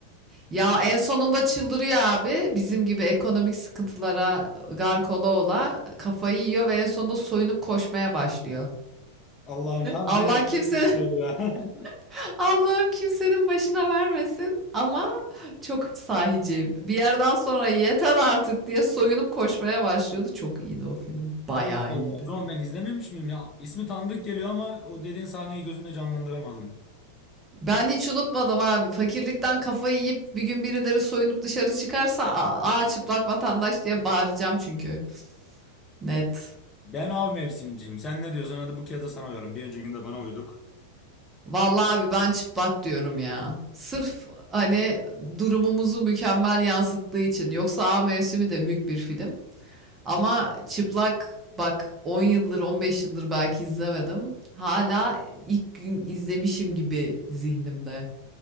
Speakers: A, on the right (about 20°); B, on the left (about 25°).
A: Ya en sonunda çıldırıyor abi. Bizim gibi ekonomik sıkıntılara gark ola ola kafayı yiyor ve en sonunda soyunup koşmaya başlıyor.
B: Allah'ım tam
A: Allah
B: genellikle
A: kimse
B: bir şey ya. <laughs>
A: <laughs> Allah'ım kimsenin başına vermesin ama çok sahici. Bir yerden sonra yeter artık diye soyunup koşmaya başlıyordu. Çok iyiydi o film. Bayağı
B: Allah Allah.
A: iyiydi.
B: O zaman ben izlememiş miyim ya? İsmi tanıdık geliyor ama o dediğin sahneyi gözümde canlandıramadım.
A: Ben hiç unutmadım abi. Fakirlikten kafayı yiyip bir gün birileri soyunup dışarı çıkarsa aa çıplak vatandaş diye bağıracağım çünkü. Net.
B: Ben av mevsimciyim. Sen ne diyorsun? Hadi bu kez de sana uyalım. Bir öncekinde bana uyduk.
A: Vallahi abi ben çıplak diyorum ya. Sırf hani durumumuzu mükemmel yansıttığı için. Yoksa A Mevsimi de mük bir film. Ama çıplak bak 10 yıldır 15 yıldır belki izlemedim. Hala ilk gün izlemişim gibi zihnimde.